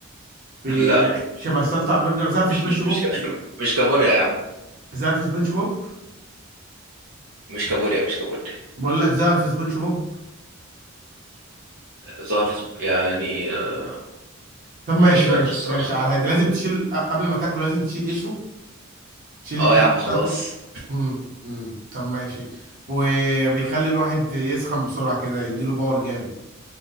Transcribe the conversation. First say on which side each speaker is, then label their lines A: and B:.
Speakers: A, on the right; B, on the right.
A: بي...
B: لا
A: يعني شبه سلطع برجر زعر في
B: مش
A: سبونج
B: مش
A: بوب
B: مش ك- <laughs> مش كابوريا يا عم
A: زعر في سبونج بوب
B: مش كابوريا مش كابوريا
A: بقول لك زعر في سبونج بوب
B: ظهر في سب- يعني آه،
A: طب ماشي
B: مش فاكر
A: ماشي
B: الصراحة
A: ماشي على هادي لازم تشيل قبل ما تاكله لازم تشيل قشره شيل
B: اه
A: القشر
B: يا عم خلاص
A: بتاعته امم امم طب ماشي وبيخلي الواحد يسخن بسرعة كده يديله باور جامد